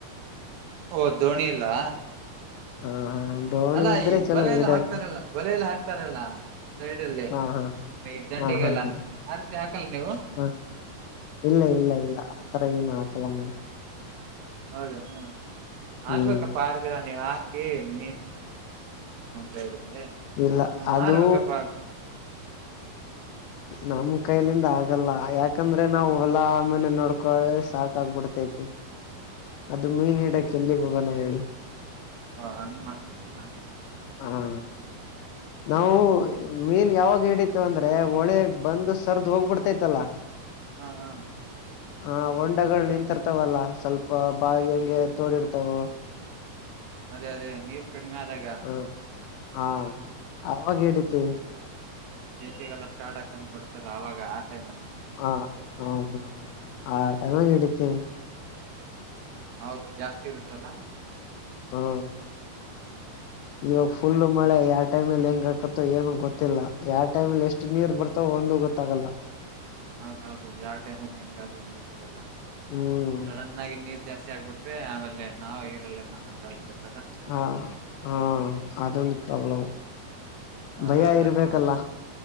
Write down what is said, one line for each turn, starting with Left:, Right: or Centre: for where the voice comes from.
Right: ಓ ದೋಣಿ ಇಲ್ಲಾ
Left: ಹ ಹಾ ದೋಣಿ
Right: ಅಲ್ಲ
Left: ಇದ್ರೆ
Right: ಈ
Left: ಚಲೋ
Right: ಬಲೆಯಲ್ಲ
Left: ಇಡಕ
Right: ಹಾಕ್ತಾರಲ್ಲ ಸೈಡಲ್ಲಿ
Left: ಹಾ ಹಾ
Right: ಈ ದಂಡಿಗಲ್ಲ
Left: ಹಾ ಹಾ ಹಾ
Right: ಅದಕ್ಕೆ ಹಾಕಲ್ಲ ನೀವು
Left: ಹಾ ಇಲ್ಲ ಇಲ್ಲ ಇಲ್ಲ ಆತರ ಏನು ಹಾಕಲ್ಲ ನಾವು
Right: ಹೌದೇನು ಹಾಕ್ಬೇಕಪ್ಪ
Left: ಹ್ಮ್
Right: ಆರ್ಗೆರಾ ನೀವು <unintelligible>
Left: ಇಲ್ಲ
Right: ನಾವ್
Left: ಅದೂ
Right: ಮಾರ್ಬೇಕಪ್ಪಾ
Left: ನಮ್ ಕೈಲಿಂದ ಆಗಲ್ಲ ಯಾಕಂದ್ರೆ ನಾವು ಹೊಲ ಮನೆ ನೋಡಿಕೊಳ್ಳುವುದೇ ಸಾಕಾಗ್ಬಿಡ್ತೈತಿ ಅದು ಮೀನ್ ಹಿಡಿಯೋಕೆ ಎಲ್ಲಿಗೆ ಹೋಗೋಣ ಹೇಳಿ
Right: ಹಾ ಹಂಗ ಮಾಡುತ್ತಿದ್ದೀರಾ
Left: ಅ ಹಾ ನಾವು ಮೀನ್ ಯಾವಾಗ <unintelligible> ಅಂದ್ರೆ ಹೊಳೆ ಬಂದು ಹರದು ಹೋಗ್ ಬಿಡ್ತೈತಲ್ಲ
Right: ಹಾ ಹಾ
Left: ಹಾ ವಂಡಗಳು ನಿಂತಿರುತ್ತವಲ್ಲ ಸ್ವಲ್ಪ ಬಾವಿ ಹಂಗೆ ತೋಡಿರ್ತಾವು
Right: ಅದೇ ಅದೇ ನೀರು ಕಡಿಮೆ ಆದಾಗ
Left: ಹ ಹಾ ಅವಾಗ ಹಿಡಿತೀವಿ
Right: ಬೇಸಿಗೆಕಾಲ ಸ್ಟಾರ್ಟ್ <unintelligible> ಅದಾವಾಗ ಆ ಟೈಮಲ್ಲಿ <unintelligible>
Left: ಆ ಆಹಾ-ಹ ಆ <unintelligible>
Right: ಅವ್ರ್ದ ಜಾಸ್ತಿ ಇರತ್ತಲ್ಲಾ
Left: ಹ-ಅ ಇವಾಗ್ ಫುಲ್ ಮಳೆ ಯಾವ್ ಟೈಮಲ್ಲಿ ಹೆಂಗಕ್ಕೈತೋ ಏನೋ ಗೊತ್ತಿಲ್ಲ. ಯಾ ಟೈಮಲಿ ಎಷ್ಟ್ ನೀರ್ ಬರ್ತಾವು ಒಂ ದೂ ಗೊತ್ತಾಗಲ್ಲ
Right: ಹೌದೌದು ಯಾವ್ ಟೈಮಲ್ ಹೆಂಗ್ ಆಗತ್ತಂತ ಗೊತ್ತಾಗಲ್ಲ
Left: ಹ್ಮ್
Right: ಸಡನ್ನಾಗಿ ನೀರ್ ಜಾಸ್ತಿ ಆಗ್ಬಿಟ್ <unintelligible> ನಾವೇ ಇರಲ್ಲೇನ್ ಅನ್ನಂಗಾಗ್ಬಿಡುತ್ತೆ
Left: ಹಾ - ಆ ಅದೊಂದ್ ಪ್ರಾಬ್ಲಂ
Right: ಹೌದ
Left: ಭಯ
Right: ಅದಕ್
Left: ಇರ್ಬೇಕಲ್ಲ
Right: ನಾವ್